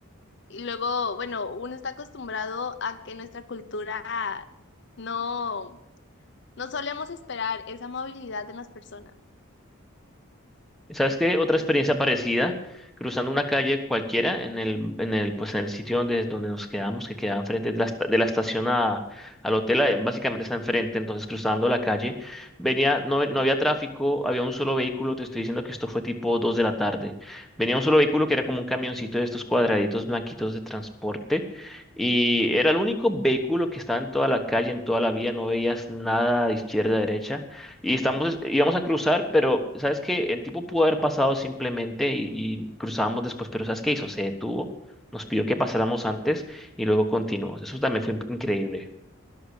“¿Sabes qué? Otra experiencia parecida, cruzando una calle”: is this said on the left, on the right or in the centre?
Centre